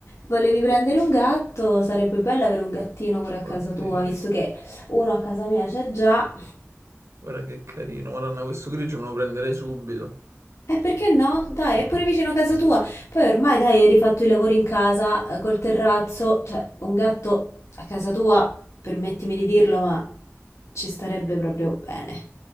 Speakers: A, on the left (about 80°); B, on the right (about 75°).
A: volevi prendere un gatto, sarebbe bello avere un gattino pure a casa
B: Oddio,
A: tua, visto che uno a casa mia c'è già.
B: guarda che carino. Madonna, questo grigio me lo prenderei subito.
A: E perché no? Dai, è pure vicino a casa tua. Poi ormai, dai, hai rifatto i lavori in casa, eh, col terrazzo, cioè un gatto a casa tua, permettimi di dirlo, ma ci starebbe proprio bene.